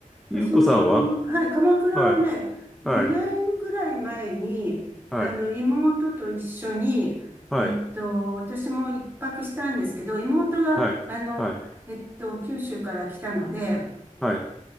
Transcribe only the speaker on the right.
私もかま、
はい、鎌倉はね、
2年ぐらい前に、
あの、妹と一緒に、
えっと、私も一泊したんですけど、妹が、
あの、
えっと、九州から来たので、